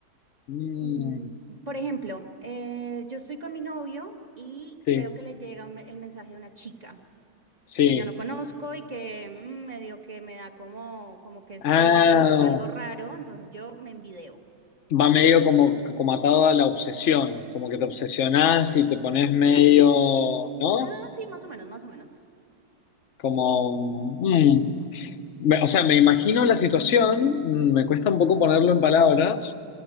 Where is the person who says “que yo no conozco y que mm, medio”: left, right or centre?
Right